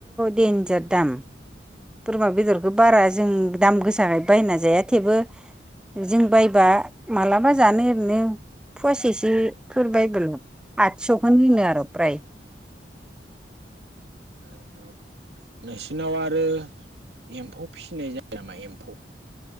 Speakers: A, in the centre; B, on the right (about 70°).
A: देन्जार दाम। बोरमा बेदरखौ बारा जों दाम गोसाखायनो बायना जाया थेवबो जों बायबा मालाबा जानो ओरैनो फसिसोफोर बाइबेल आदस'खौनो होनो आरो फ्राय।
B: आ आ नोंसिरनाव आरो एम्फौ फिसिनाय जायो नामा एम्फौ?